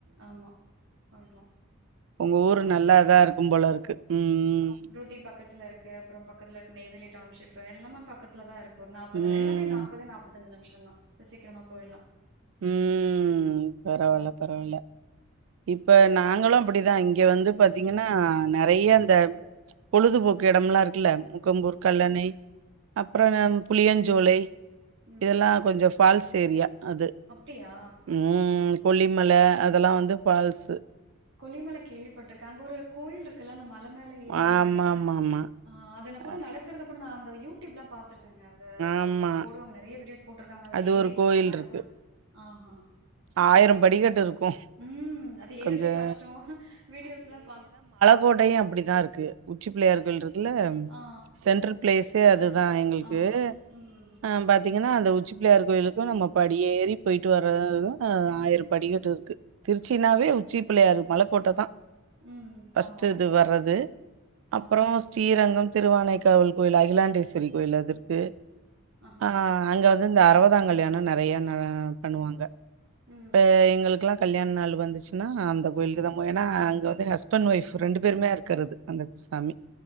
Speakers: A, on the right; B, on the right.
A: ஆம்மா பண்லா
B: உங்க ஊரு நல்லா இதா இருக்கு போல இருக்கு ம் ம்
A: டி பக்கத்துல இருக்கு அப்புறோ பக்கத்துல இருக்கு நெய்வேலி டவுன்ஷிப் எல்லாமே பக்கத்துல தா இருக்கு ஒரு நாப்பது
B: ம்
A: எல்லாமே நாப் முப்பது நாப்தஞ்சு நிமிஷோ தா சீக்கிரமா போயிறலா
B: ம் பரவால பரவால இப்ப நாங்களு அப்டிதா இங்க வந்து பாத்தீங்கன்னா நறைய அந்த பொழுதுபோக்கு இடம் லா இருக்குல்ல முக்கம்பூர் கல்லணை அப்ரோ
A: ஆஹா.
B: புளியஞ்சோளை
A: ம்,
B: இதெல்லா கொஞ்சோ ஃபால்ஸ் ஏரியா அது
A: அப்டியா
B: ம் கொல்லிமல அதெல்லா வந்து ஃபால்ஸ்
A: கொல்லிமல கேள்விப்பட்டிருக்கே அங்க ஒரு கோவில் இருக்குல அந்த மல மேல ஏரி
B: ஆமாமாமா
A: ஹ அதன கூட
B: அ
A: நடகறத கூட நா அந்த யூடியூப் லா பாத்திருக்கே
B: ஆமா
A: அது போரோங்க நறைய வீடியோஸ் போட்டிருக்காங்க அதுல
B: அது
A: ஏறி
B: ஒரு கோயில்
A: போ மேல
B: இருக்கு
A: போ ஆஹ்ஹா கேள்விப்பட்டிருக்கே
B: ஆயிரம் படிக்கட்டு இருக்கு
A: உம் அது ஏறதே
B: கொஞ்ச
A: கஷ்டோ வீடியோஸ் லா பா
B: கோட்டையு அப்டிதா இருக்கு உச்சி பிள்ளையர் கோயில் இருக்குல
A: ஆ
B: சென்ட்ரல் ப்ளேசே அதுதா
A: செட்டில்
B: எங்களுக்கு
A: ஆமா. ம்.
B: அ பத் பாத்தீங்கன்னா அந்த உச்சிப்பிள்ளையார் கோயிலுக்கு நம்ம படியேறி போய்ட்டு வரது <unintelligible> ஆ ஆயிர படிக்கட்டு இருக்கு திருச்சினாவே உச்சி பிள்ளையார் மலக்கோட்ட தா
A: ம்
B: ஃபஸ்ட்டு
A: ஆமா
B: இது வரது
A: ஆ
B: அப்ரோ ஸ்ரீரங்கம் திருவானைக்காவல் கோயில் அகிலாண்டேஸ்வரி கோயில் அது இருக்கு
A: ஆஹா
B: ஆ அங்க வந்து இந்த அறுவதா கல்யாணோ நறைய ந பண்ணுவாங்க
A: ம்
B: இப்ப எங்களுக்கெல்லா கல்யாண நாள் வந்துச்சினா அந்த கோயிலுக்கு தா போவோ ஏனா அங்க வந்து ஹஸ்பண்ட் ஒய்ஃப் ரெண்டு பேருமே இருக்கிறது அந்த சாமி